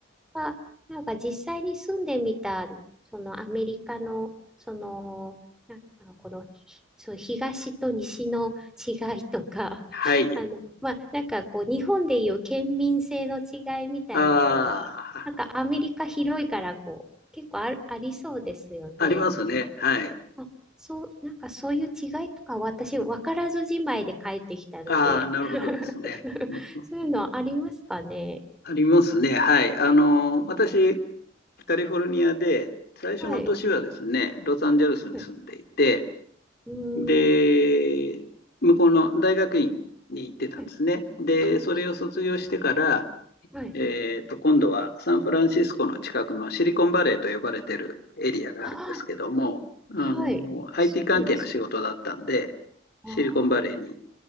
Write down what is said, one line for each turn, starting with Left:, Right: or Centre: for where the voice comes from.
Centre: は、なんか実際に住んでみた、そのアメリカの、その、なんかこの、ひそう東と西の違いとか、<laughs>
Left: はい。
Centre: あの、まあ、なんかこう、日本でいう県民性の違いみたいなのが、
Left: ああ、
Centre: なんかアメリカ広いから、こう、結構ある、ありそうですよね。
Left: ありますね。はい。
Centre: あ、そう、なんかそういう違いとか私分からずじまいで帰ってきたので
Left: ああ、なるほどですね。
Centre: <laughs>
Left: うんうん
Centre: そういうのありますかね。
Left: ありますね。はい。あの、私、カリフォルニアで、最初の年はですね、
Centre: はい。
Left: ロサンゼルスに住んでいて、
Centre: うんうー
Left: で、
Centre: ん。
Left: 向こうの大学院に行ってたんですね。
Centre: はい。
Left: で、
Centre: あ、
Left: それを卒業してから、
Centre: そうなんですね。はい。
Left: えーと、今度はサンフランシスコの近くのシリコンバレーと呼ばれてるエリアがあるんですけども、
Centre: あ
Left: あの、
Centre: あ、はい。あすごいです。
Left: IT 関係の仕事だったんで、
Centre: あ
Left: シリコンバレーに